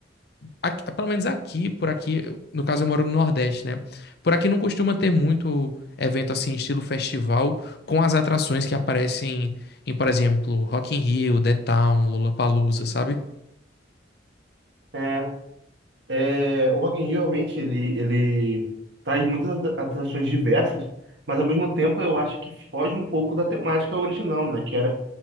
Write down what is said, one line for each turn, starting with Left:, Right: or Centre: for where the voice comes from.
Left: aqui- pelo menos aqui, por aqui, no caso eu moro no Nordeste, né? Por aqui não costuma ter muito evento assim, estilo festival, com as atrações que aparecem em, por exemplo, Rock in Rio, The Town, Lollapalooza, sabe?
Right: É, é, o Rock in Rio realmente ele, ele traz muitas atra- atrações diversas, mas ao mesmo tempo eu acho que foge um pouco da temática original, né? Que era